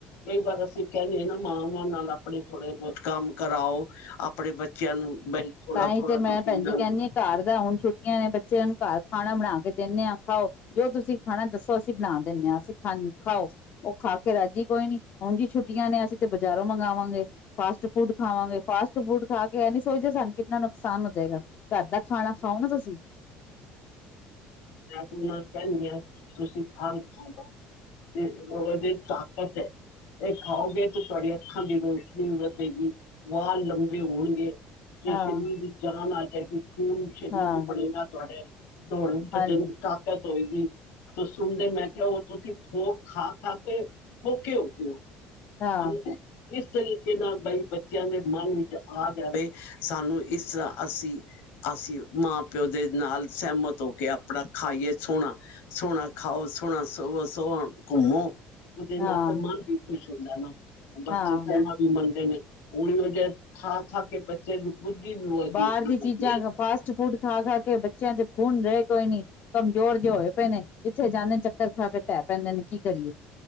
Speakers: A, on the left; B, on the left.
A: ਕਈ ਵਾਰ ਅਸੀਂ ਕਹਿੰਦੇ ਹ ਨਾ ਮਾਂਵਾਂ ਨਾਲ ਆਪਣੇ ਥੋੜੇ ਬਹੁਤ ਕੰਮ ਕਰਾਓ ਆਪਣੇ ਬੱਚਿਆਂ ਨੂੰ ਬਈ ਥੋੜਾ
B: ਤਾਂਹੀ
A: ਥੋੜਾ
B: ਤੇ
A: ਤੁਸੀਂ
B: ਮੈਂ ਭੈਣ
A: ਇਹਨਾਂ
B: ਜੀ ਕਹਿੰਦੀ
A: ਨੂੰ
B: ਆ ਘਰ ਦਾ ਹੁਣ ਛੁੱਟੀਆਂ ਨੇ ਬ ਬੱਚੇ ਅਨ ਘ ਖਾਣਾ ਬਣਾ ਕੇ ਦਿੰਦੇ ਹਾਂ ਖਾਓ ਜੋ ਤੁਸੀਂ ਖਾਣਾ ਦੱਸੋ ਅਸੀਂ ਬਣਾ ਦਿੰਦੇ ਹਾਂ ਅਸੀਂ ਖਾ ਖਾਓ ਉਹ ਖਾ ਕੇ ਰਾਜੀ ਕੋਈ ਨੀ ਹੁਣ ਜੀ ਛੁੱਟੀਆਂ ਨੇ ਅਸੀਂ ਤੇ ਬਜ਼ਾਰੋਂ ਮੰਗਵਾਵਾਂਗੇ ਫਾਸਟ ਫੂਡ ਖਾਵਾਂਗੇ ਫਾਸਟ ਫੂਡ ਖਾ ਕੇ ਇਹ ਨੀ ਸੋਚਦੇ ਸਾਨੂੰ ਕਿੰਨਾ ਨੁਕਸਾਨ ਹੋ ਜਾਏਗਾ ਫ ਅੱਧਾ ਖਾਣਾ ਖਾਓ ਨਾ ਤੁਸੀਂ
A: ਮੈਂ ਤ ਨਾਲ ਕਹਿਦੀ ਹਾਂ ਤੁਸੀਂ ਖਲ ਖਾ ਲਓ ਤੇ ਉਹ ਜ ਤਾਕਤ ਹੈ ਇਹ ਖਾਓਗੇ ਤੇ ਤੁਹਾਡੀੀਆਂ ਅੱਖਾਂ ਦੀ ਰੋਸ਼ਨੀ ਵਧੇਗੀ ਵਾਹ ਲੰਬੇ ਹੋਣਗੇ ਤੇ
B: ਹਾਂ
A: ਸਰੀਰ ਦੀ ਜਾਨ ਆ ਇਹ ਸਕੂਨ ਸ਼ਰੀਰ
B: ਹਾਂ
A: ਚ ਬੜੇਗਾ ਤੁਹਾਡੇ ਦੋ
B: ਹਾਂਜੀ
A: ਜੂੰ ਤਾਕਤ ਹੋਏਗੀ ਤੇ ਸੁਣਦੇ ਮੈਂ ਕਿਹਾ ਉਹ ਤੁਸੀਂ ਓਹ ਖਾ ਖਾ ਕੇ ਔਖੇ ਹੋ ਗਏ ਹੋ
B: ਹਾਂ
A: ਬਣ ਏਹ ਇਸ ਤਰੀਕੇ ਨਾਲ ਬਾਈ ਬੱਚਿਆਂ ਦੇ ਮਨ ਵਿੱਚ ਆ ਜਾਵੇ ਸਾਨੂੰ ਇਸ ਤਰ੍ਹਾਂ ਅਸੀਂ ਅਸੀਂ ਮਾਂ ਪਿਓ ਦੇ ਨਾਲ ਸਹਿਮਤ ਹੋ ਕੇ ਆਪਣਾ ਖਾਈਏ ਸੋਣਾ ਸੋਣਾ ਖਾਓ ਸੋਣਾ ਸੋਵੋ ਸੋਣਾ ਘੁੰਮੋ ਉਹਦੇ ਲਤ
B: ਹਾਂ
A: ਨਾਲ ਬੀਪੀ ਸ਼ਦਾ ਨਾ ਬੱਚੇ
B: ਹਾਂ
A: ਕਹਿਣਾ ਵੀ ਮਨਦੇ ਉ ਜਦ ਖਾ ਖਾ ਕੇ ਬੱਚੇ ਬੁੱਧੀ ਵੀ ਉਹਦੀ
B: ਬਾਹਰ
A: ਹੁੰਦੀ
B: ਦੀ ਚੀਜ਼ਾਂ
A: ਪਈ
B: ਫਾਸਟ ਫੂਡ ਖਾ ਖਾ ਕੇ ਬੱਚਿਆਂ ਚ ਖੂਨ ਰਹੇ ਕੋਈ ਨੀ ਕਮਜ਼ੋਰ ਜੇ ਹੋਏ ਪਏ ਨੇ ਜਿੱਥੇ ਜਾਂਦੇ ਚੱਕਰ ਖਾ ਕੇ ਢਹਿ ਪੈਂਦੇ ਨੇ ਕੀ ਕਰੀਏ